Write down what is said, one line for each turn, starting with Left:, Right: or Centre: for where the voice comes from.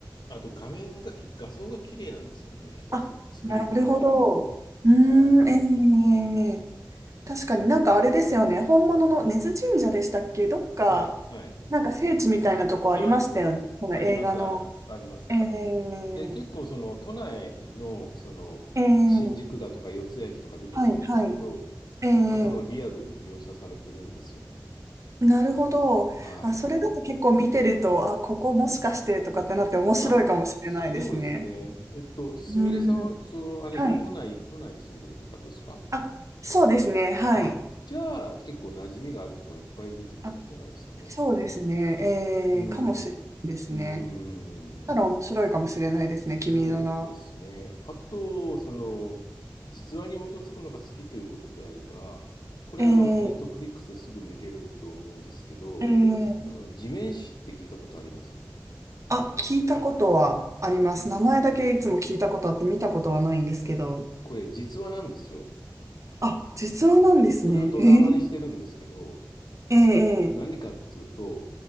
Left: あと画面がき、画像が綺麗なんですよね。一つ、
Right: あ、
Left: 作り込みが。
Right: なるほど。うーん、
Left: はい。
Right: えー、確かになんかあれですよね。本物の根津神社でしたっけどっか、
Left: はい、はい。
Right: なんか聖地みたいなとこありましたよね。
Left: あ、
Right: この映画の。
Left: あります、あります、あります。
Right: えー、
Left: で、結構その都内の、その、
Right: えー、
Left: 新宿だとか四ツ谷駅とか出てくるんですけど、
Right: はい、はい。ええ
Left: まあそのリアルに描写されてるんですよね。
Right: なるほど。
Left: はい。
Right: あ、それだと結構見てると、あ、ここもしかしてとかってなって面白いかもしれないですね。
Left: あ、そうですね。えっと、すみれさんは、
Right: うん。
Left: その、あれですか、
Right: はい。
Left: 都内、都内に住んでるとかですか
Right: あ、そうですね。はい。
Left: あ、じゃあ結構馴染みがあるところいっぱい出てくるんじゃないですかね。
Right: あ、そうですね。ええかもしれないですね。
Left: うん。うーん。
Right: たら面白いかもしれないですね。君の名は。
Left: そうですね。あと、その、実話に基づくのが好きということであれば、これあの、
Right: ええ
Left: ネットフリックスですぐ見れると思うんですけど、
Right: ええ
Left: あの、地面師って聞いたことあります
Right: あ、聞いたことはあります。名前だけいつも聞いたことあって見たことはないんですけど。
Left: これ実話なんですよ。
Right: あ、実話なんですね。
Left: それをドラマにしてるんですけど、
Right: へえ、ええ、
Left: 何かっつうと、
Right: ええ